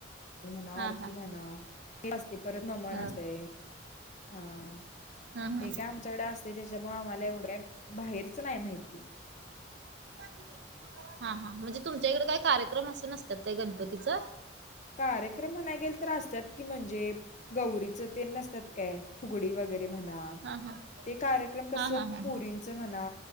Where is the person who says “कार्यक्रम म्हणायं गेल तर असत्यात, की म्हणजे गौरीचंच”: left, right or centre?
Left